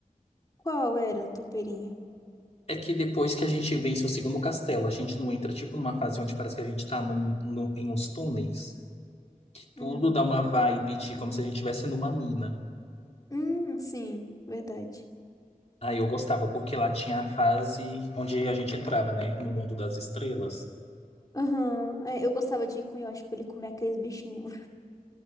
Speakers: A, on the left; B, on the left.
A: Qual era a topeirinha?
B: É que depois que a gente vence o segundo castelo, a gente não entra tipo numa fase onde parece que a gente tá num, num- em uns túneis, que tudo
A: Hum.
B: dá uma vibe de como se a gente estivesse numa mina.
A: Hum, sim, verdade.
B: Aí eu gostava, porque lá tinha a fase onde a gente entrava, né, no mundo das estrelas.
A: Aham. É, eu gostava de ir com o Yoshi pra ele comer aqueles bichinhos.